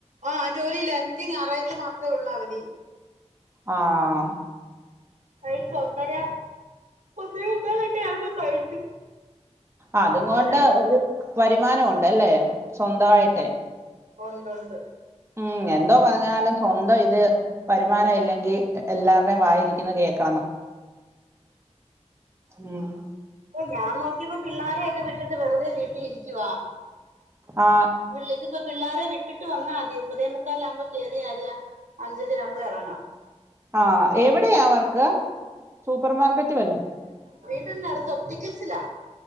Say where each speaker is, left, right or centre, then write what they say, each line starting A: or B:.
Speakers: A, on the right (about 85°); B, on the right (about 20°).
A: ആഹ് ജോലില്ല എനിക്ക് ഞായറാഴ്ച മാത്രം <unintelligible> ഉള്ള അവധി
B: ആഹ
A: കഴിച്ചേ ഒന്നര ഒന്നെമുക്കാൽ ഓക്ക് ആയപ്പോ കഴിച്ചു
B: അതും
A: മഴ
B: കൊണ്ട് ഒരു വരുമാനം ഒണ്ടല്ലേ സ്വന്തായിട്ടേ
A: ഒണ്ട് ഒണ്ട്
B: ഉം എന്തോ പറഞ്ഞാലും സ്വന്തം ഇത് വരുമാനം ഇല്ലെങ്കിൽ എല്ലാരുടെേയും വായിരിക്കുന്ന കേക്ക ഉം.
A: ഞാൻ നോക്കി നിപ്പം പിള്ളാരെയ ഒക്കെ വിട്ടിട് വെറുതെ വീട്ടിലിരിക്കുവാ
B: ആ
A: <unintelligible> പിള്ളോരെ വിട്ടിട്ട് വന്നാ മതി ഒമ്പതേ മുക്കാൽ ആവുമ്പോ കയറിയാതി അഞ്ചര ആകുമ്പോ എറങ്ങാം
B: ആഹ എവിടെയാ വർക്ക് സൂപ്പർ മാർക്കറ്റ് വല്ലോം
A: ട്ടിന്റെ അടുത്ത് ഒപ്റ്റിക്കൽസിലാ